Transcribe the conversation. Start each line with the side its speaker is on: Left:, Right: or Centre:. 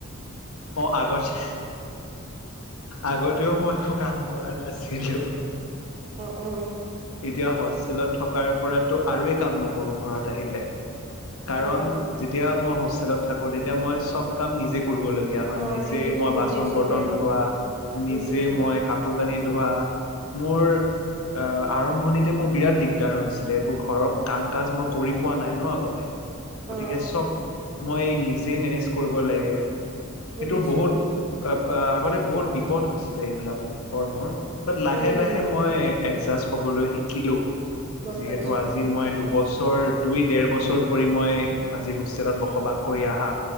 Left: অহ আগতে আগতেও মই একো কাম কৰা নাছিলোঁ।
Right: অ', অ'।
Left: এতিয়া হষ্টেলত থকাৰ পৰাতো আৰুৱে কাম নকৰোঁ ঘৰত আহিলে। কাৰণ
Right: অ
Left: যেতিয়া মই হোষ্টেলত থাকোঁ, তেতিয়া মই চব কাম নিজে কৰিব ল লগিয়া হয়,
Right: অ
Left: নিজে
Right: সেইটোতো
Left: মই
Right: বুজিছো
Left: বাচন বৰ্তন
Right: বাৰু
Left: ধোৱা, নিজে
Right: উম
Left: মই কা কাপোৰ কানি ধোৱা, মোৰ আ, আৰম্ভণিতে মোৰ বিৰাট দিগদাৰ হৈছিলে, এইবোৰ ঘৰৰ কাম কাজ মই কৰি পোৱা নাই ন' আগতে।
Right: অ
Left: গতিকে চব মই নিজে মেনেজ কৰিব লাগে।
Right: বুজিছো
Left: সেইটো বহুত, <unintelligible> আগতে বহুত বিপদ হৈছিলে এইবিলাকৰ মোৰ। বাত লাহে,
Right: উম
Left: লাহে
Right: উম
Left: মই এডজাষ্ট হ'বলৈ শিকিলোঁ,
Right: গম
Left: যিহেতু
Right: পাইছো
Left: আজি মই দুবছৰ দুই, ডেৰ বছৰ ধৰি মই আজি হোষ্টেলত বসবাস কৰি আহা।